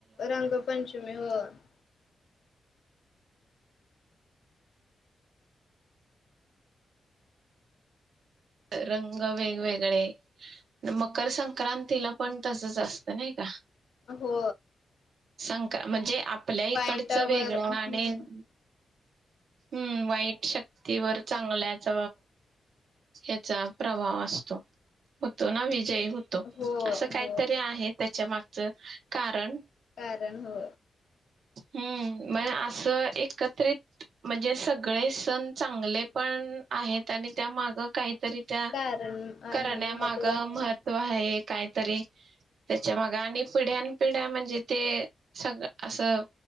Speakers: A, on the left (about 55°); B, on the right (about 60°).
A: रंगपंचमी हो <inaudible>
B: रंग वेगवेगळे, मकर संक्रांतीला पण तसंच असत नाही का
A: हो
B: संक म्हणजे आपल्या
A: वाईटावर
B: इकडचं वेगळं
A: हम्म
B: आणि हम्म वाईट शक्ती वर चांगल्याच याचा प्रभाव असतो तो ना विजयी होतो
A: हो
B: असं काहीतरी
A: हो
B: आहे त्याच्या माग च कारण
A: कारण हो
B: हम्म म अस एकत्रित म्हणजे सगळे सण चांगले पण आहेत आणि त्या माग काही तरी त्या
A: कारण
B: करण्यामाग
A: आहे महत्त्व आहे
B: महत्व आहे. काहीतरी त्याच्या माग आणि पिढ्यान -पिढ्या म्हणजे ते सगळ असं